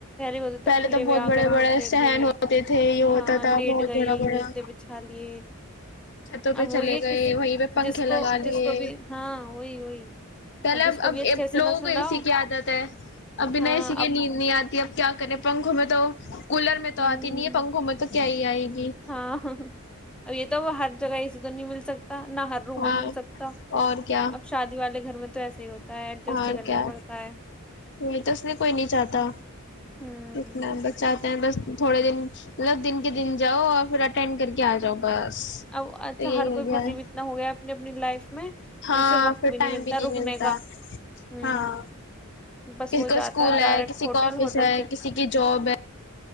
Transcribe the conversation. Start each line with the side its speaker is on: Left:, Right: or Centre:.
Centre: ہوتے
Left: پہلے
Centre: کھلے
Left: تو
Centre: ہوئے
Left: بہت
Centre: آنگن
Left: بڑے بڑے
Centre: ہوتے
Left: سہن
Centre: تھے
Left: ہوتے تھے یہ ہوتا
Centre: ہاں
Left: تھا
Centre: لیٹ
Left: بہت
Centre: گئے
Left: بڑا بڑا
Centre: گدے بچھا لیے
Left: چھتوں پہ
Centre: اب
Left: چلے
Centre: وہی ہے
Left: گئے
Centre: کسی
Left: وہیں پہ پنکھے
Centre: جس
Left: لگا
Centre: کو
Left: لیے
Centre: جس کو بھی ہاں وہی وہی
Left: پہلے
Centre: جس کو
Left: اب
Centre: بھی اچھے سے
Left: لوگوں
Centre: نہ سناؤ
Left: کو اے سی کی عادت ہے اب بنا
Centre: ہاں
Left: اے سی کے
Centre: اب
Left: نیند نہیں آتی کہ اب کیا کریں پنکھوں میں تو کولر میں تو
Centre: ہوں
Left: آتی نہیں ہے پنکھوں میں تو کیا ہی آئے گی
Centre: ہاں اب یہ تو ہر جگہ یہے تو نہیں مل سکتی نہ ہر روم میں
Left: ہاں
Centre: مل سکتا
Left: اور کیا
Centre: اب شادی والے گھر میں تو ایسے <unintelligible>
Left: اور
Centre: ہی کرنا
Left: کیا
Centre: پڑتا ہے
Left: وہی تو اس میں کوئی نہیں چاہتا
Centre: ہوں
Left: اتنا بچہ بس تھوڑے دن مطلب دن کے دن جاؤ اور پھر اٹینڈ کر کے آ جاؤ بس تو
Centre: اب اچھا
Left: یہی
Centre: ہر
Left: ہو
Centre: کوئی
Left: گیا
Centre: بزی
Left: ہے
Centre: اتنا ہو گیا اپنی اپنی لائف میں
Left: ہاں
Centre: اسے وقت
Left: پھر ٹائم بھی نہیں
Centre: رکنے
Left: ملتا
Centre: کا ہوں
Left: ہاں
Centre: بس
Left: کسی
Centre: وہ
Left: کو
Centre: جاتا
Left: اسکول
Centre: ڈائریکٹ
Left: ہے کسی
Centre: ہوٹل
Left: کا آفس
Centre: ہوٹل
Left: ہے کسی کی جاب ہے